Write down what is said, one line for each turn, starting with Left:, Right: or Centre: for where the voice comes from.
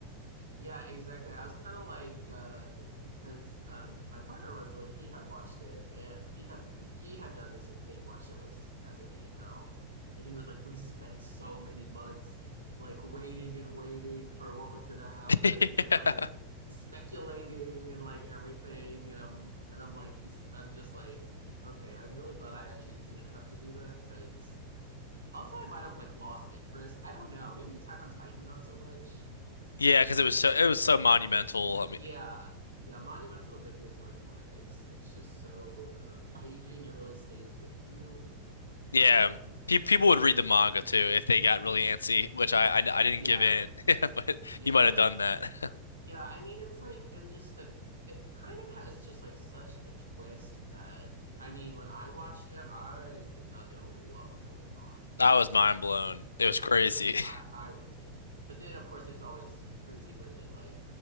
Right: Yeah, exactly. I was kind of like, uh, because um, my partner was the one he had watched it, and he had he had done the same thing, watched it like s- as it came out, and he was like, "We spent so many months like waiting and waiting for what was gonna happen,
Left: <laughs>
Right: like speculating and like everything," and I'm and I'm like, "This," is- I'm just like, "Okay, I'm really glad I actually didn't have to do that," because also I might have like lost interest. I don't know. Maybe Attack on Titan not so much
Left: Yeah,
Right: because
Left: because it was
Right: it's
Left: so it was so monumental.
Right: yeah. Yeah, monumental is a good word for it. It's it's just so um, engaging. It really stays with you.
Left: Yeah,
Right: Um,
Left: pe people would read the manga too if they got really antsy, which I I, I didn't
Right: yeah,
Left: give in, <laughs> yeah, but
Right: yeah.
Left: you might have done that. <laughs>
Right: Yeah, I mean, it's like, and just the, it kind of has just like such the twist that, I mean, when I watched it, I did not know what was going on or
Left: I was
Right: like,
Left: mind
Right: w-
Left: blown.
Right: I'm,
Left: It was crazy.
Right: I,
Left: <laughs>
Right: I wasn't. But then, of course, it's always crazy when they like,